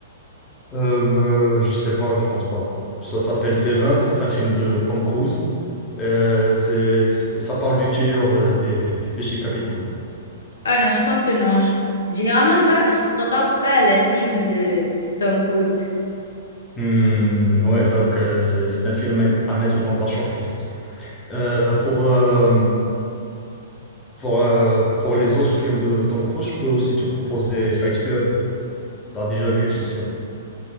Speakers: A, on the left; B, on the left.
A: Euh, euh, je sais pas, je pense pas. Ça s'appelle Seven, c'est un film de Tom Cruise. Euh, c'est, c'est- ça parle du tueur euh, des, des péchés capitaux.
B: Ah non, je pense que non. Je- généralement, je, pas- je ne regarde pas les films de Tom Cruise.
A: Hmm, ouais, donc euh, c'est c'est un film à à mettre dans ta shortlist. Euh, pour, euh, pour, euh, pour les autres films de Tom Cruise, je peux aussi te proposer Fight Club. T'as déjà vu, c'est sûr.